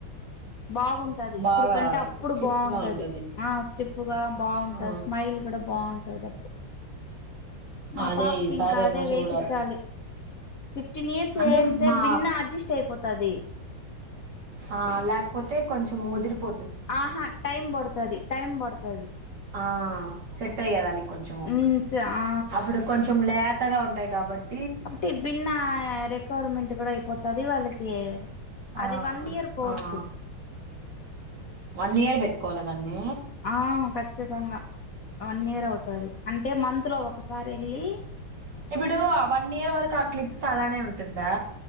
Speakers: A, on the left; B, on the right.
A: బాగుంటది ఇప్పుడు
B: బాగా
A: కంటే అప్పుడు
B: స్టిఫ్
A: బాగుంటది
B: గా ఉంటుంది
A: ఆహ్ స్టిప్ గా బాగుంటది
B: ఆ
A: స్మైల్ కూడా బా <unintelligible> మా
B: అదే
A: పాపకి
B: ఈసారి
A: ఇన్ కాదే
B: అన్న చూడాలి
A: వేయిపిన్చాలి ఫిఫ్టీన్ ఇయర్స్
B: అంటే
A: ఏయేస్తే
B: మా
A: భిన్న అడ్జస్ట్ అయిపోతది
B: ఆహ్ లేకపోతే కొంచెం ఓదిరిపో
A: ఆహా టైమ్ పడతది టైమ్ పడతది
B: ఆహ్ సెట్ అయ్యే దానికి కొంచెము
A: మ్మ్ స ఆ
B: అప్పుడు కొంచెం లేతగా ఉం బట్ <unintelligible>
A: అంటె భిన్న రికవర్మెంట్ కూడా ఇయిపో అది వాళ్ళకి అది
B: ఆహ్
A: వన్ ఇయర్ కోర్సు
B: ఆహ్ వన్ ఇయర్ కోలా దాని
A: ఆహ్ కచితంగా వన్ ఇయర్ అవుతది అంటే మంత్ లో ఒకసారి ఏళ్ళి
B: ఇప్పుడు వన్ ఇయర్ వరకు ఆహ్ క్లిప్స్ అలానే ఉంటుందా